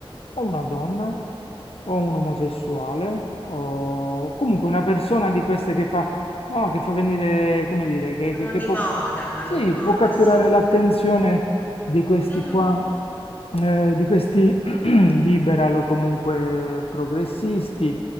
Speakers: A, on the left; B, on the left.
A: o una donna, o un omosessuale, o comunque
B: mhm,
A: una persona di queste che fa, no, che fa venire, come dire, che,
B: Sono
A: che- che
B: di
A: può,
B: moda, vanno
A: sì,
B: di moda,
A: può catturare
B: sì.
A: l'attenzione di questi
B: mhm.
A: qua, eh, di questi <clears throat> liberal o comunque progressisti,